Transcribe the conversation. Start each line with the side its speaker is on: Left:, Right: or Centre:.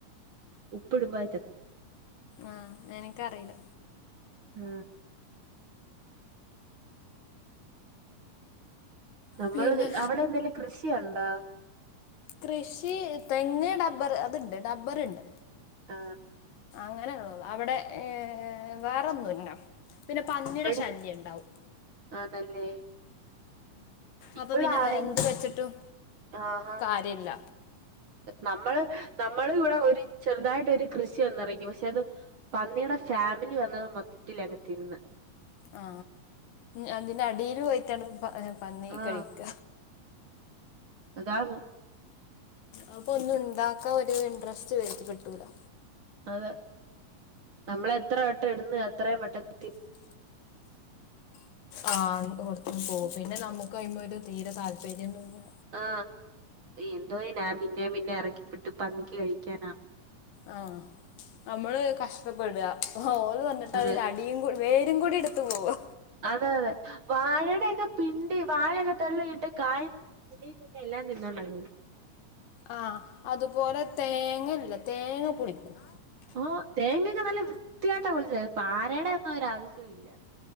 Right: ഉപ്പിടുമ്പം ആ.
Left: ആ എനിക്കറിയില്ല
Right: ആ നമ്മള്
Left: പിന്നെ
Right: അവിടെ എന്തെലും കൃഷിയണ്ടോ
Left: കൃഷി, തെങ്ങ് ഡബ്ബർ അതുണ്ട് ഡബ്ബർുണ്ട്.
Right: ആ
Left: അങ്ങനെ ഉള്ളു അവിടെ വേറൊന്നും ഇല്ല പിന്നെ പന്നിടെ
Right: ഇവിടെ
Left: ശല്യം ഉണ്ടാവും
Right: ആണല്ലേ
Left: അപ്പൊ
Right: ഇവിടെ
Left: പിന്നെ
Right: ആണെങ്കി
Left: എന്ത് വെച്ചിട്ടും
Right: ആഹാ
Left: കാര്യമില്ല
Right: നമ്മള് നമ്മള് ഇവിടെ ഒരു ചെറുതായിട്ടൊരു കൃഷി വന്നിറക്കും പക്ഷെ അത് പന്നിയുടെ ഫാമിലി വന്ന് മൊത്തത്തില് അങ്ങ് തിന്ന്
Left: ആ, ആ അതിന്റെ അടിൽ പോയിട്ടാണ് പന്നി
Right: ആഹ്
Left: കഴിക്ക
Right: അതാണ്
Left: അപ്പൊ ഒന്ന് ഉണ്ടാക്കാ ഒരു ഇൻട്രസ്റ്റ് കിട്ടൂലോ
Right: അതെ നമ്മള് എത്ര വട്ടം ഇന്ന് അത്രയും വട്ടം <unintelligible>
Left: ആ കൊടുത്ത് പോകും പിന്നെ നമുക്ക് കഴിയുമ്പോ ഒരു തീരെ താല്പര്യം തോന്ന
Right: ആ, എന്തോനാ പിന്നെ പിന്നെ ഇറക്കി ട്ട് പന്നിക്ക് കഴിക്കാനാണോ
Left: ആ, നമ്മള് കഷ്ടപ്പെടുക ഓല് വന്നിട്ട്
Right: അതെ
Left: അതിന്റെ അടിയും കടി വേരും കൂടി എടുത്തു പോവാ
Right: അതെ അതെ വാഴയുടെയൊക്കെ പിണ്ടി വാഴയൊക്കെ തള്ളിയിട്ട് കായ പിണ്ടീ എല്ലാം തിന്നോണ്ട
Left: ആ, അതുപോലെ തേങ്ങല്ല തേങ്ങ പൊളിക്കും
Right: ഓ തേങ്ങൊക്കെ നല്ല വൃത്തിയായിട്ടാ വിളിച്ചത് പാരയുടെ ഒന്നും ഒരു ആവശ്യവും ഇല്ല.